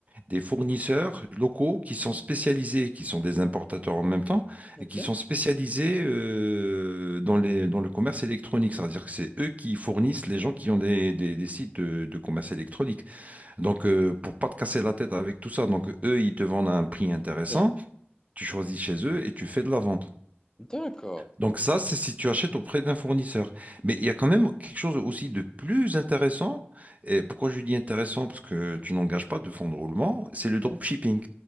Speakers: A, on the right; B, on the left.
A: des fournisseurs locaux qui sont
B: Mhm.
A: spécialisés, qui sont des importateurs en même temps
B: Ok.
A: et qui sont spécialisés euh, dans les dans le commerce électronique. C'est-à-dire que c'est eux qui fournissent les gens qui ont des, des, des sites de de commerce électronique. Donc, euh, pour pas te casser la tête avec tout ça, donc eux, ils te vendent à un prix intéressant,
B: Ok.
A: tu choisis chez eux et tu fais de la vente.
B: D'accord.
A: Donc ça, c'est si tu achètes auprès d'un fournisseur. Mais il y a quand même quelque chose aussi de plus intéressant. Et pourquoi je dis intéressant? Parce que tu n'engages pas de fonds de roulement, c'est le dropshipping.